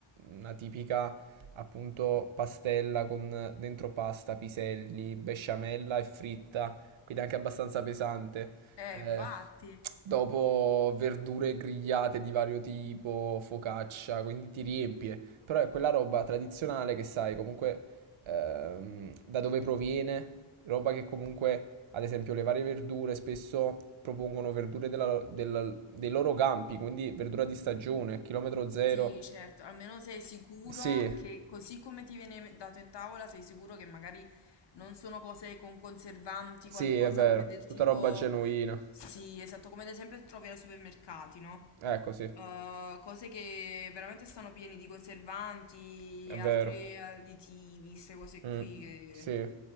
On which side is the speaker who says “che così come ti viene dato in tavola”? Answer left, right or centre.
Left